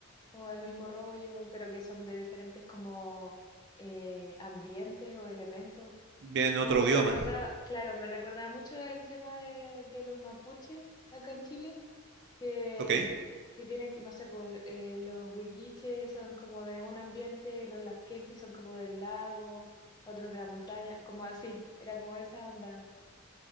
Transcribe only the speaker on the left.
como el mismo rollo, pero que son de diferentes como eh, ambientes o elementos.
Como que
me recordaba, claro, me recordaba mucho el tema de, de los mapuches acá en Chile que,
que tienen, no sé, por, eh, los huilliches son como de un ambiente, los lafkenches son como del lago, otros de la montaña, como así, era como esa onda.